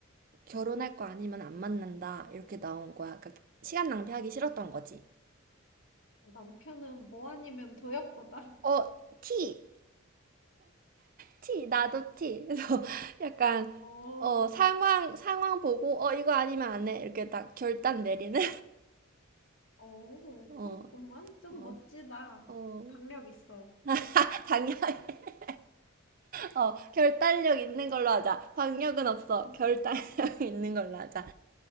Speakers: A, on the right; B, on the left.
A: 결혼할 거 아니면 안 만난다. 이렇게 나온 거야. 그러니까 시간 낭비하기 싫었던 거지.
B: 남편은 뭐 아니면 도였구나. <laughs>
A: 어, T 티, 나도 티. 그래서 <laughs> 약간,
B: 어,
A: 어, 상황, 상황 보고, 어, 이거 아니면 안 해. 이렇게 딱 결단 내리는?
B: 어,
A: <laughs> 어,
B: 그렇구만. 좀
A: 어,
B: 멋지다.
A: 어.
B: 박력 있어.
A: <laughs> 방향, <laughs> 어, 결단력 있는 걸로 하자. 방력은 없어.
B: <laughs>
A: 결단력 <laughs> 있는 걸로 하자.